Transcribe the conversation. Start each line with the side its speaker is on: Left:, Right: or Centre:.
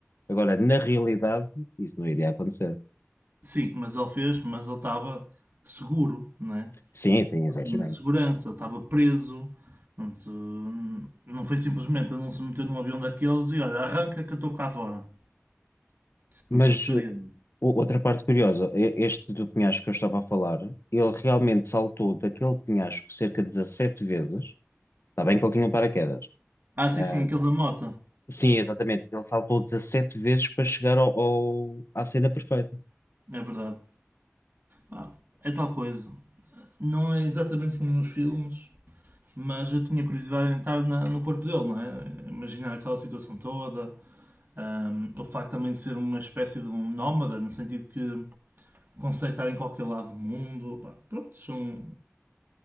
Left: Agora, na realidade, isso não iria acontecer.
Right: Sim, mas ele fez, mas ele estava seguro, não é?
Left: Sim, sim, exaginei.
Right: Tinha Segurança, ele estava preso. Portanto, não foi simplesmente ele não se meter num avião daqueles e olha, arranca que eu estou cá fora. Isso
Left: Mas
Right: não aconteceria.
Left: uh,
Right: é?
Left: o- outra parte curiosa, e- este do penhasco que eu estava a falar, ele realmente saltou daquele penhasco cerca de 17 vezes. Está bem que ele tinha um paraquedas.
Right: Ah, sim,
Left: Ah,
Right: sim, aquele da moto.
Left: sim, exatamente. Ele saltou 17 vezes para chegar ao, ao- à cena perfeita.
Right: É verdade. Ah, é tal coisa. Não é exatamente como nos filmes, mas eu tinha curiosidade em estar na- no corpo dele, não é? Imaginar aquela situação toda, Um, o facto também de ser uma espécie de um nómada, no sentido que consegue estar em qualquer lado do mundo. Pá, pronto, são,